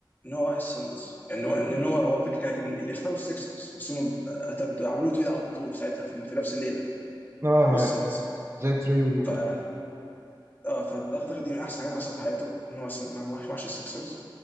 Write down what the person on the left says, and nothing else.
ان هو راح السانز ان هو ان هو هو فكره كان اللي اختاروا السكسرز بس هم اعتمدوا- عملوا تريد على طول في ساعتها في, في نفس الليله
للسانز
فيعني
اه فاعتقد دي من احسن حاجات حصلت في حياته ان هو ساب- ما راحش ما راحش السكسرز